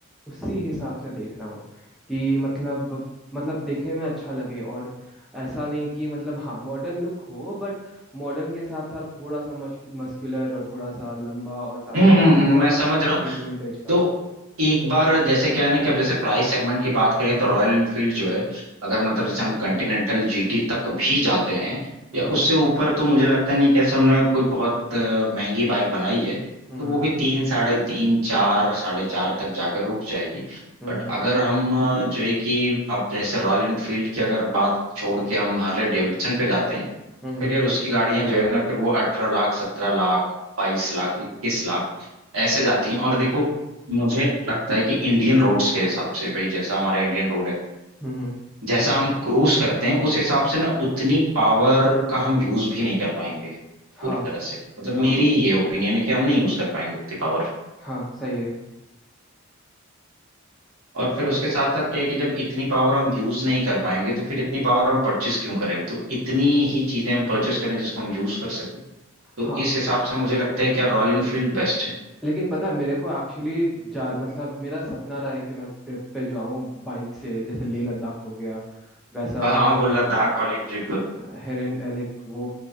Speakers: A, in the centre; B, on the right.
A: उसी हिसाब से देख रहा हूँ कि मतलब मतलब देखने में अच्छा लगे और ऐसा नहीं कि मतलब हाँ मॉडर्न लुक हो बट मॉडर्न के साथ साथ थोड़ा सा मस, मस्कुलर और थोड़ा सा लंबा और साथ
B: हम्म
A: में
B: हम्म
A: हल्का
B: हम्म,
A: सा
B: मैं समझ रहा हूँ
A: हिंट विंटेज
B: तो
A: का
B: एक बार जैसे क्या है ना कि अब जैसे प्राइस सेगमेंट की बात करें तो रॉयल एनफील्ड जो है अगर मतलब जैसे हम कंटिनेंटल जीटी तक भी जाते हैं
A: हम्म
B: या उससे ऊपर तो मुझे लगता नहीं कैसे उन्होंने कोई बहुत अ, महंगी बाइक बनाई है
A: हम्म
B: तो वो
A: हम्म
B: भी तीन साढ़े तीन चार साढ़े चार तक जाकर रुक जाएगी
A: हम्म
B: बट अगर हम अ, जो है कि अब जैसे रॉयल एनफील्ड की अगर बात छोड़ के हम हार्ले डेविडसन पे जाते हैं
A: हम्म
B: फिर यार उसकी गाड़ियां जो है ना फिर वो अठारह लाख सत्रह लाख बाईस लाख इक्कीस लाख ऐसे जाती हैं और देखो मुझे लगता है कि इंडियन रोड्स के हिसाब से भाई जैसा हमारा इंडियन रोड है
A: हम्म, हम्म,
B: जैसा हम क्रूज करते हैं उस हिसाब से ना उतनी पावर का हम यूज भी नहीं कर पाएंगे
A: हाँ
B: पूरी तरह से मतलब
A: हाँ
B: मेरी ये ओपिनियन है कि हम नहीं यूज कर पाएंगे उतनी पावर
A: हाँ सही है
B: और फिर उसके साथ साथ क्या है कि जब इतनी पावर हम यूज नहीं कर पाएंगे तो फिर इतनी पावर हम परचेस क्यों करें तो इतनी ही चीजें हम परचेस करें जिसको हम यूज कर सकें तो
A: हाँ
B: इस हिसाब से मुझे लगता है कि यार रॉयल इनफील्ड बेस्ट है
A: लेकिन पता है मेरे को एक्चुअली जा मतलब मेरा सपना रहा है कि मैं ट्रिप पे जाऊँ बाइक से जैसे लेह लद्दाख हो गया वैसा
B: हाँ हाँ वो लद्दाख वाली ट्रिप
A: हेरेन लाइक वो